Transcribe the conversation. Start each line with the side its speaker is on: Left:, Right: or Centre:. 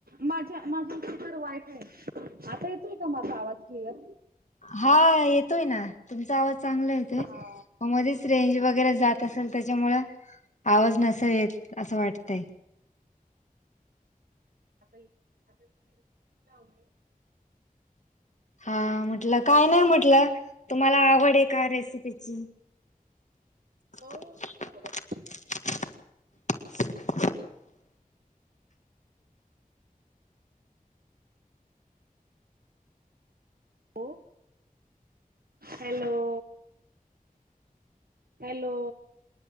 Right: माझ्या माझं इथे तर वायफाय आहे आता येतोय का माझा आवाज क्लिअर
Left: हा येतोय ना तुमचा आवाज चांगला येतोय
Right: हा.
Left: मं मध्येच रेंज वगैरे जात असेल त्याच्यामुळं आवाज नसेल येत असं वाटतय
Right: आता आता हेडफोन लावलोय
Left: हा म्हटलं काय नाही म्हटलं तुम्हाला आवड आहे का रेसिपीची <inaudible>
Right: हो खूप आवड आहे. हो हॅलो हॅलो